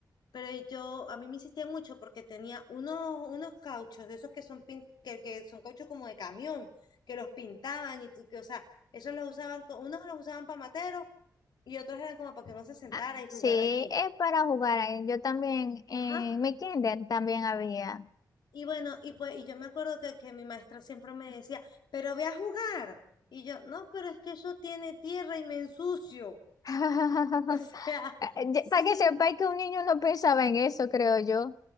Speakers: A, on the left; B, on the left.
A: pero yo, a mí me insistían mucho porque tenía unos, unos cauchos, de esos que son, pin- que, que son cauchos como de camión, que los pintaban y tú, que, o sea, esos los usaban, co- unos los usaban para materos y otros eran como para que uno se sentara
B: Ah,
A: y
B: sí,
A: jugar allí.
B: es para jugar. eh. Yo también, en
A: Ajá.
B: mi kinder también había.
A: Y bueno, y pues, y yo me acuerdo que, que mi maestra siempre me decía, pero ve a jugar. Y yo, no, pero es que eso tiene tierra y me ensucio. <laughs>
B: <laughs>
A: O sea,
B: Ya-
A: sí,
B: Para que sepáis que un niño no pensaba en eso, creo yo.